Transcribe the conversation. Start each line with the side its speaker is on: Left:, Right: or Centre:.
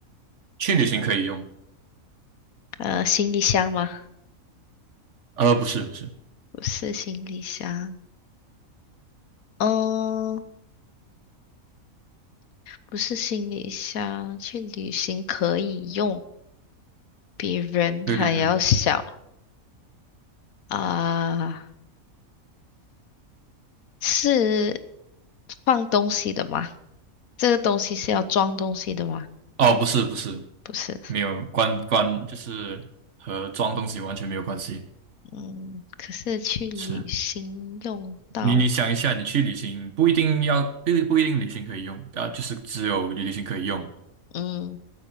Right: 去旅行可以用，
Left: 呃，行李箱吗？
Right: 呃，不是不是。
Left: 不是行李箱。嗯，不是行李箱，去旅行可以用，比人还要小
Right: 对对对，
Left: 啊，是放东西的吗？这个东西是要装东西的吗？
Right: 哦，不是不是，
Left: 不是，
Right: 没有关关，就是和装东西完全没有关系。
Left: 嗯，可是去旅行用到，
Right: 是你你想一下，你去旅行不一定要不一不一定旅行可以用啊，就是只有旅行可以用，
Left: 嗯，